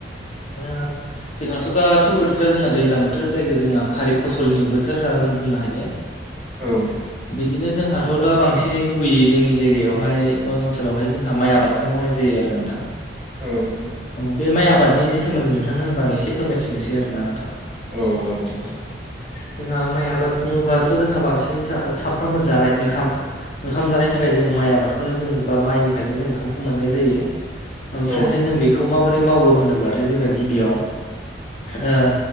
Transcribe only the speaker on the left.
ओ जोङाथ' दा थ' बोथोरा जोङा दैज्लां बोथोर जायखौ जोंहा खारिब फसलनि बोथोर होनना जों बुंनो हायो
बिदिनो जोंहाथ' दा बांसिनै गुबैयै जोंनि जायगायावहाय बा ओनसोलावहाय जोंहा माइ आबादखौनो मावनाय जायो आरो नोंथां
औ बे माइ आबादनि सोमोन्दै नोंथांनो होनबा आं एसे फोरमायथिनोसै आरो ना नोंथां
जोंहा माइ आबाद बुङोब्लाथ' जोंहा बांसिन सा सानफ्रामबो जानाय ओंखाम ओंखाम जानायनि थाखाय जोंङो माइ आबादखौनो जों बा माइनिफ्रायनो जों ओंखामखौ मोननाय जायो ओमफ्रायहाय
जों बेखौ माबोरै मावो होनोब्लाथाय जोङो गिबियाव ओ